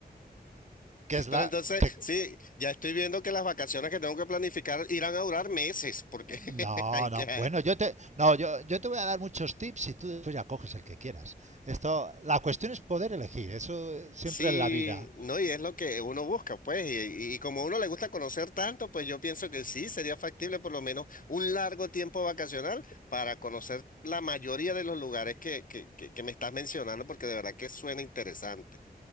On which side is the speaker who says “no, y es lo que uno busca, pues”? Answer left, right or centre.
Left